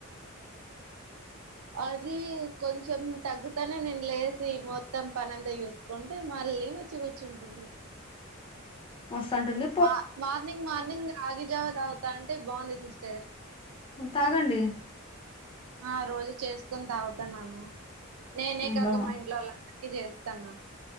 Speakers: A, on the right; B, on the left.
A: అది కొంచెం తగ్గుతనే నేను లేసి మొత్తం పనంత జేస్ కుంటే మళ్ళీ వచ్చి కూర్చుంటుంది
B: వస్తటుంది
A: మా మార్నింగ్ మార్నింగ్ రాగి జావా త అవుతా అంటే బాగుంది సిస్టర్
B: మ్మ్ తాగండి
A: ఆ రోజు చేసుకొని తాగుతన్నాను నేనే
B: అబ్బా
A: కాక మా ఇంట్లో కి చేస్తన్న